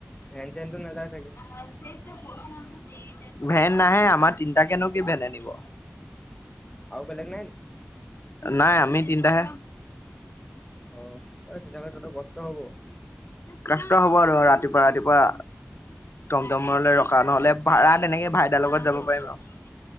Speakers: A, on the left; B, on the left.
A: এনজেনটো নাজাই চাগ
B: <unintelligible> ভেন নাহে আমাৰ তিনটাকেনো কি ভেন আনিব
A: আৰু বেলেগ নাই নি
B: নাই আমি তিনটাহে
A: অ অ তেতিয়াহ'লে তহঁতৰ কষ্ট হব
B: কষ্ট হব আৰু ৰাতিপুৱা ৰাতিপুৱ পুৱা টমটমৰলে ৰখা নহলে ভাড়া তেনেকে ভাইদাৰ লগত যাব পাৰিম আৰু